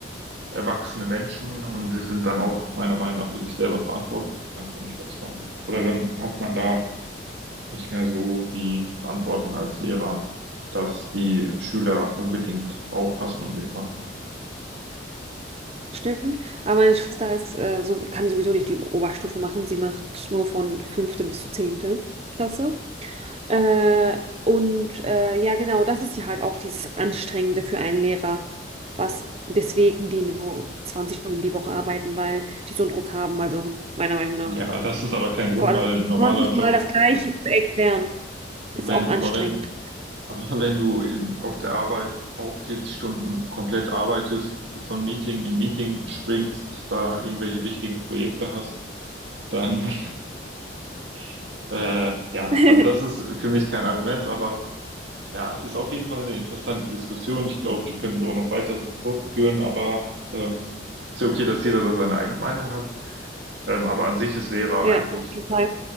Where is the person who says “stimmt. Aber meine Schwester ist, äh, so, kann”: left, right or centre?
Right